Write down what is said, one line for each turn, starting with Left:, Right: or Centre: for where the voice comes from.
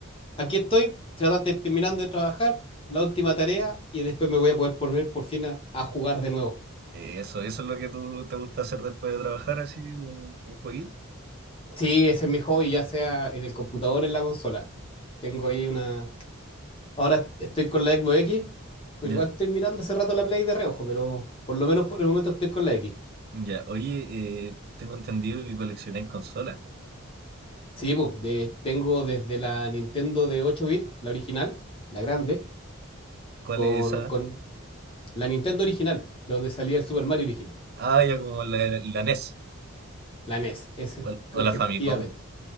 Left: Aquí estoy, trata- de- terminando de trabajar, la última tarea, y después me voy a poder poner por fin a, a jugar de nuevo.
Right: Eh, Eso, eso es lo que tú te gusta hacer después de trabajar, así, un, un jueguito.
Left: Sí, ese es mi hobby, ya sea en el computador o en la consola. Tengo ahí una... Ahora estoy con la Xbox X, pero
Right: Ya,
Left: igual estoy mirando hace rato la Play de reojo, pero por lo menos por el momento estoy con la X.
Right: ya. Oye, eh, tengo entendido que coleccionáis consolas.
Left: Sí, pues, de- tengo desde la Nintendo de 8 bits, la original, la grande,
Right: ¿Cuál
Left: con,
Right: es esa?
Left: con la Nintendo original, de donde salía el Super Mario original.
Right: Ah, ya como la, la NES
Left: La NES, es
Right: o, la
Left: efectivamente.
Right: o la Famicom.